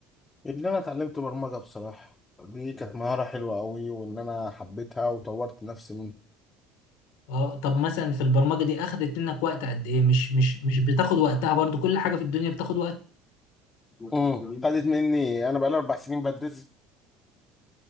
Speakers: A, on the left; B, on the left.
A: ان انا اتعلمت برمجه بصراحه دي كانت مهاره حلوه قوي وان انا حبيتها وطورت نفسي منها
B: اه طب مثلا في البرمجه دي اخدت منك وقت قد ايه مش مش مش بتاخد وقتها برضو كل حاجه في الدنيا بتاخد
A: امم خدت مني انا بقالي اربع سنين بدرس